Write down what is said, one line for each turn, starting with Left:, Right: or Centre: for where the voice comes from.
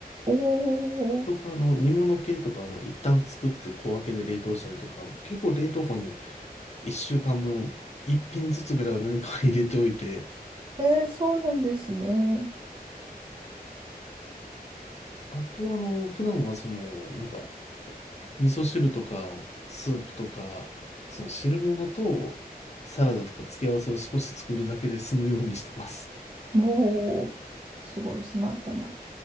Right: お
Left: とか、
Right: ー。
Left: あの、煮物系とか、あの、一旦作って小分けで冷凍したりとか、結構冷凍庫に1週間分、1品ずつぐらいは何か入れておいて、
Right: えー、そうなんですね。
Left: あと、あの、普段はその、なんか、味噌汁とか、スープとか、その汁物と、サラダとか付け合わせを少し作るだけで済むようにしてます。
Right: おー。すごいスマートな。